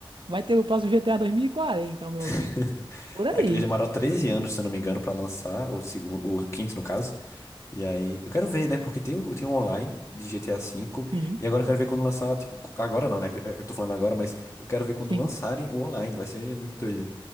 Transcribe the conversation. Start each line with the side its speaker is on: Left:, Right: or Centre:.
Right: vai ter o próximo GTA 2040, ao meu
Left: <laughs>
Right: ver. Por aí.
Left: Aquele demorou treze anos, se eu não me engano, pra lançar, o segundo, o quinto, no caso. E aí, eu quero ver, né? Porque tem, o- tem um online de GTA V.
Right: Sim,
Left: E agora eu quero ver quando lançar, tipo, co- agora não, né? que, eh, Eu tô falando agora, mas eu quero ver quando
Right: sim.
Left: lançarem o online. Vai ser muito doido.